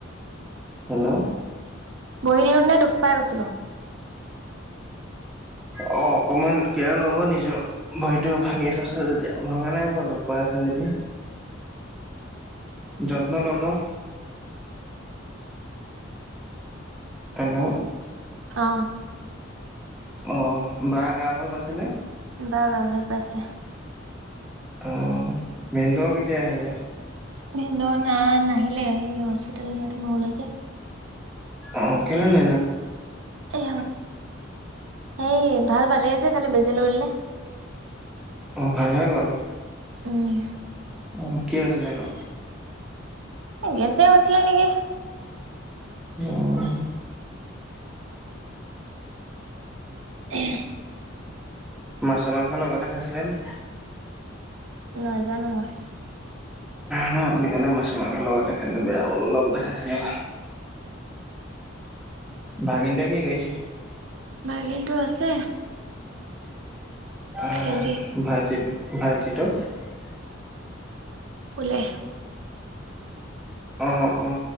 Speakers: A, in the centre; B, on the right.
A: হেল্ল',
B: বহি দি নে দুখ পাই গৈছিলো
A: উ <inaudible> অ' অকমান কেয়াৰ লব নিজৰ ভৰিতো ভাঙি থৈছে যেতিয়া ভঙা নাই বাৰু দুখ পাই আছা যে ক দিয়া <unintelligible> যত্ন ল'ব। হেল্ল,
B: অ
A: অ' বা গা ভাল পাইছেনে?
B: বা গা ভাল পাইছে।
A: অ' ভিনদেও কেতিয়া আহিলে?
B: ভিনদেও না নাহিলে সেই হস্পিতেল নিয়াতো নহেলে যে।
A: অ' কেনে য
B: এ এই ভাল পালে যে কালি বেজি লৈ ললে।
A: অ' ভাল হৈ গ'ল।
B: উম,
A: অ' কি হৈছিলে নো?
B: গেছে হৈছিলে নেকি?
A: অ',
B: উ <inaudible>
A: মাছ মাংস লগতে খাইছিলে নি?
B: নাজানো মই
A: নহয় আপুনি কাইলে মাছ মাংস লগত খাই বেয়া হল লগতে খাইছিলে নহয়। ভাগিনটোৱে কি কৰিছে?
B: ভাগিনটো আছে।
A: অহ
B: খেলি
A: ভাইটি ভাইটিটো।
B: শুলে।
A: অ-অ